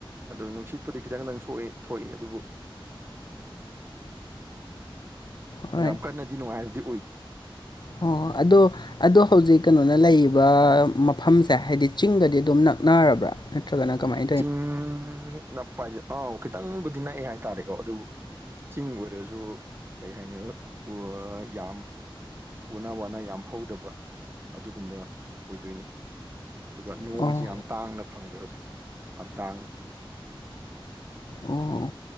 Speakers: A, on the right; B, on the left.
A: ꯑꯗꯨ ꯅꯨꯡꯁꯤꯠꯄꯨꯗꯤ ꯈꯤꯇꯪꯗꯪ ꯁꯣꯛꯏ ꯊꯣꯛꯏ ꯑꯗꯨꯕꯨ
B: ꯍꯣꯏ
A: ꯌꯥꯝ ꯀꯟꯅꯗꯤ ꯅꯨꯡꯉꯥꯏꯕꯗꯤ ꯑꯣꯏꯗꯦ
B: ꯑꯣ ꯑꯗꯣ ꯑꯗꯣ ꯍꯧꯖꯤꯛ ꯀꯩꯅꯣꯅ ꯂꯩꯔꯤꯕ ꯃꯐꯝꯁꯦ ꯍꯥꯏꯗꯤ ꯆꯤꯡꯒꯗꯤ ꯑꯗꯨꯝ ꯅꯛꯅꯔꯕ꯭ꯔꯥ ꯅꯠꯇ꯭ꯔꯒꯅ ꯀꯃꯥꯏ
A: ꯆꯤꯡ ꯅꯛꯄ ꯍꯥꯏꯁꯦ ꯑꯥꯎ ꯈꯤꯇꯪꯕꯨꯗꯤ ꯅꯛꯑꯦ ꯍꯥꯏꯇꯥꯔꯦꯀꯣ ꯑꯗꯨꯕꯨ ꯆꯤꯡ ꯑꯣꯏꯔꯁꯨ ꯀꯩ ꯍꯥꯏꯅꯤ <unintelligible> ꯌꯥꯝ ꯎꯅꯥ ꯋꯥꯅ ꯌꯥꯝ ꯍꯧꯗꯕ ꯑꯗꯨꯒꯨꯝꯕ ꯑꯣꯏꯗꯣꯏꯅꯤ ꯑꯗꯨꯒ ꯅꯣꯡꯁꯤ
B: ꯑꯣ
A: ꯌꯥꯝ ꯇꯥꯡꯅ ꯐꯪꯉꯦ ꯍꯧꯖꯤꯛꯁꯦ ꯌꯥꯝ ꯇꯥꯡ
B: ꯑꯣ